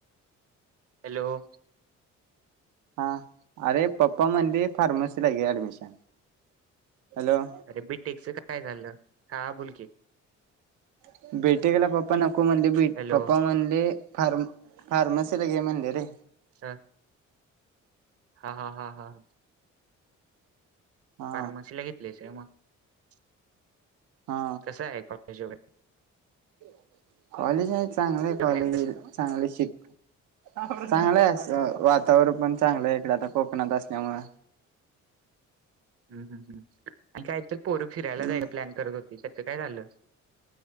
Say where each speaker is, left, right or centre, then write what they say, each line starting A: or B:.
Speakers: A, on the right (about 50°); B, on the right (about 80°).
A: हॅलो <inaudible>
B: <inaudible> हा अरे पप्पा म्हणलीे फार्मसी
A: हॅलो
B: ला गे ऍडमिशन हॅलो
A: <inaudible> अरे बीटेकच काय झालं का बुलके
B: <inaudible> भेटे गेला पप्पा नको म्हणले बेट
A: हॅलो
B: पप्पा म्हणले फार्म फारमसीलाग हे म्ह दे र <inaudible>
A: ह <inaudible> हा हा हा हा <inaudible>
B: हा
A: फार्मसी ला घेतलेच मग <inaudible> <inaudible>
B: हा
A: कस आहे कॉलेज व
B: <inaudible> कॉलेज आहे चांगले कॉलेज
A: वगैरे कसं
B: चांगले शिक चांगलं आहेस वातावरण पण चांगलय. इकडे आता कोकणात असल्यामुळे
A: हम्म हम्म हम्म आणि काहीतर पोरं फिरायला
B: हम्म
A: जायचा प्लॅन करत होत. त्यािच्यातचं काय झालं?